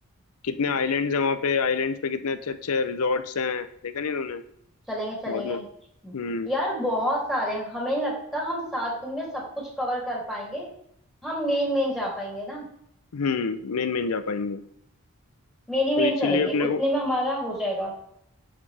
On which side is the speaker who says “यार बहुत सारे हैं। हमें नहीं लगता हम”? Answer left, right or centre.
Centre